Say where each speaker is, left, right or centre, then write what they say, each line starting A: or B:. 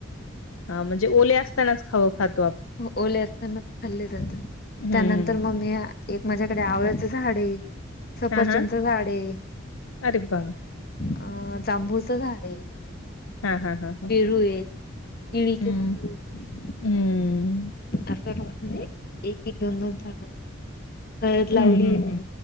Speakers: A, on the left; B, on the left.
A: हा म्हणजे ओले असतानाच खाव खात
B: म ओले असताना खाल्ले जातात
A: हम्म.
B: त्यानंतर मग मी आ एक माझ्याकडे आवळ्याचं झाडये सफरचंदच
A: हा हा
B: झाडये.
A: अरे बापरे
B: अं जांभूचं झाड आहे
A: हा हा हा हा
B: पेरू ये केळीचे
A: हम्म
B: झाड लईत.
A: हम्म.
B: असं म्हणजे एक एक दोन दोन झाड. हळद
A: हम्म
B: लावलीये
A: हम्म हम्म.
B: मी